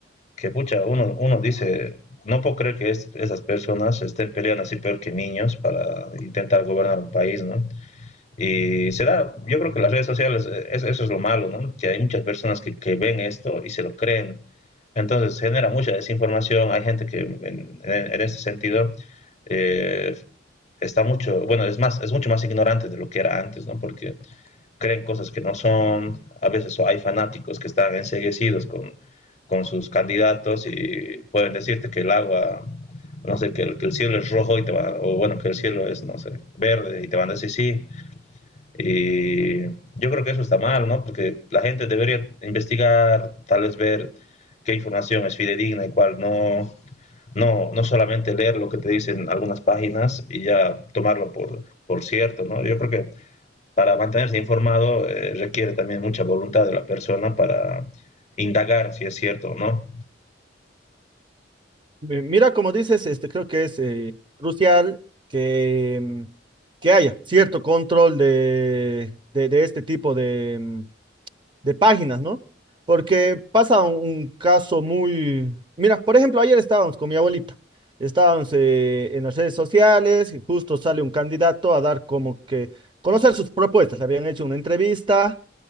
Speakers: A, on the left (about 40°); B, on the right (about 25°).
A: que pucha, uno, uno dice, no puedo creer que es- esas personas estén peleando así peor que niños para intentar gobernar un país, ¿no? Y se da, yo creo que las redes sociales, eh, es- eso es lo malo, ¿no? Que hay muchas personas que, que ven esto y se lo creen. Entonces genera mucha desinformación, hay gente que en, en- en ese sentido eh, está mucho, bueno, es más, es mucho más ignorante de lo que era antes, ¿no? Porque creen cosas que no son, a veces hay fanáticos que están enceguecidos con, con sus candidatos y pueden decirte que el agua, no sé, que el, que el cielo es rojo y te van, o bueno, que el cielo es, no sé, verde y te van a decir sí. Y yo creo que eso está mal, ¿no? Porque la gente debería investigar, tal vez ver qué información es fidedigna y cuál no, no, no solamente leer lo que te dicen algunas páginas y ya tomarlo por, por cierto, ¿no? Yo creo que para mantenerse informado eh, requiere también mucha voluntad de la persona para indagar si es cierto o no.
B: Eh, Mira, como dices, este, creo que es eh, crucial que, mm, que haya cierto control de, de, de este tipo de... mm, de páginas, ¿no? Porque pasa un, un caso muy... Mira, por ejemplo, ayer estábamos con mi abuelita, estábamos eh, en las redes sociales y justo sale un candidato a dar como que conocer sus propuestas, le habían hecho una entrevista